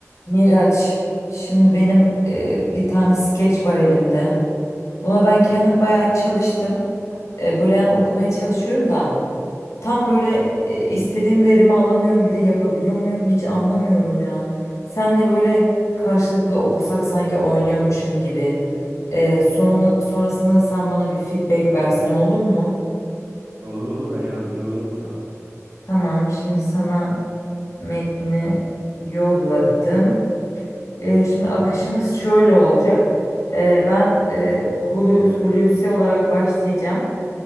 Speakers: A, on the left (about 75°); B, on the right (about 80°).
A: Miraç, şimdi benim e, bir tane skeç var elimde. Buna ben kendim bayağı çalıştım. E, böyle yani okumaya çalışıyorum da tam böyle e, istediğim verimi alamıyorum. Bir de yapabiliyor muyum hiç anlamıyorum ya. Senle böyle karşılıklı okusak sanki oynuyormuşum gibi. E, sonunu, sonrasında da sen bana bir feedback versen olur mu?
B: Olur olur ben yardımcı olurum sana.
A: Tamam, şimdi sana metni yolladım. E, şimdi akışımız şöyle olacak. E, ben e, Hulu- Hulusi olarak başlayacağım.